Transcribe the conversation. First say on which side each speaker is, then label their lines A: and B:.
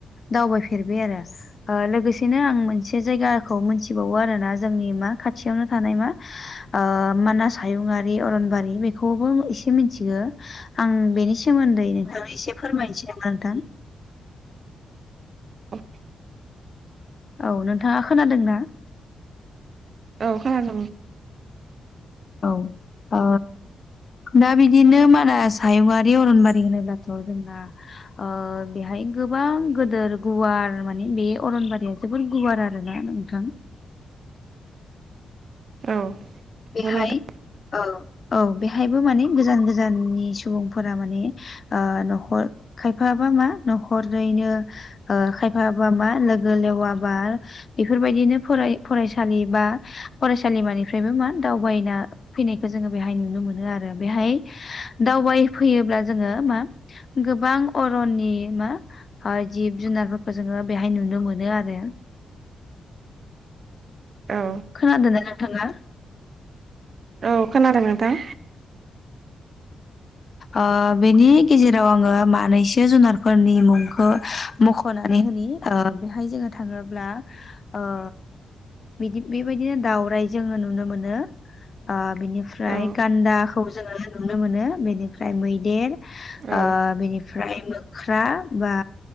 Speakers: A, on the left; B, on the right.
A: दावबायफेरबाय आरो ओ लोगोसेनो आं मोनसे जायगाखौ मोनथिबावो आरोना जोंनि मा खाथियावनो थानाय मा ओ मानास हायुंङारि अरनबारि बेखौबो एसे मिथिगो आं बेनि सोमोन्दै नोंथांनो एसे फोरमायनोसै नामा नोंथां
B: औ
A: औ नोंथाङा खोनादों ना
B: औ खोनादों
A: औ आ दा बिदिनो मानास हायुङारि अरनबारि होनोब्लाथ' जोंना ओ बेहाय गोबां गोदोर गुवार माने बे अरनबारिया जोबोर गुवार आरो ना नोंथां
B: औ
A: बेहाय
B: नंगौ नोंथां
A: औ औ बेहायबो माने गोजान गोजाननि सुबुंफोरा माने ओ न'खर खायफााबा मा न'खरैनो ओ खायफाबा मा लोगो लेवाबा बेफोरबायदिनो फराय फरायसालि बा फरायसालिमानिफ्रायबो मा दावबायना फैनायखौ जोङो बेहाय नुनो मोनो आरो बेहाय दावबायफैयोब्ला जोङो मा गोबां अरननि मा जिब जुनारफोरखौ जोङो बेहाय नुनो मोनो आरो
B: औ
A: खोनादोंनाय नोंथाङा
B: औ खोनादों नोंथां
A: औ बेनि गेजेराव आङो मानैसो जुनारफोरनि मुंखौ मख'नानै होनि ओ बेहाय जोङो थाङोब्ला ओ बिदि बेबायदिनो दावराइ जोङो नुनो मोनो आ बिनि ओमफ्राय
B: औ
A: गान्दाखौ जोङो नुनो मोनो बेनिफ्राय मैदेर
B: औ
A: बेनिफ्राय ओमफ्राय मोख्रा बा